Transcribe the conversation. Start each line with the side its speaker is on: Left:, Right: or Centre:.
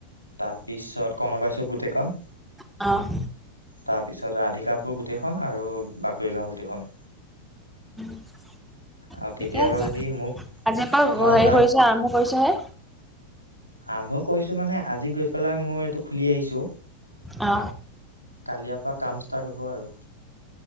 Right: তাৰপিছত কণবাইছো গোটেইখন।
Centre: অ'
Right: তাৰপিছত ৰাধিকাপুৰ গোটেইখন আৰু বাকৰিগাঁও গোটেইখন।
Centre: <inaudible>
Right: আৰু
Centre: ঠিকে
Right: কেতিয়াবা
Centre: আছে
Right: যদি মোক
Centre: আজিৰ এ পৰা
Right: মই
Centre: হেৰি
Right: যাৰ
Centre: কৰিছে আৰম্ভ কৰিছেহে।
Right: আৰম্ভ কৰিছো মানে, আজি গৈ পেলাই মোৰ এইটো খুলি আহিছো।
Centre: অ
Right: কালিয়া পা কাম ষ্টাৰ্ট হ'ব আৰু